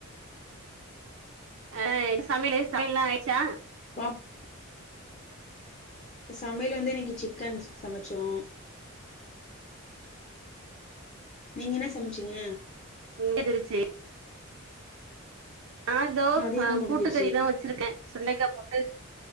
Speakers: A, on the right (about 65°); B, on the left (about 35°).
A: ஆ சமையலு சமையல்லா ஆயிச்சா
B: <inaudible> சமையல் வந்து இன்னைக்கு சிக்கன் சமைச்சோ நீங்க என்ன சமச்சீங்க
A: இந்தரிச்சி நா இதோ
B: மதியானம்
A: ஆ
B: முடிஞ்சிருச்சு
A: கூட்டுக்கறிதா வச்சிருக்கே சுண்டைக்கா போட்டு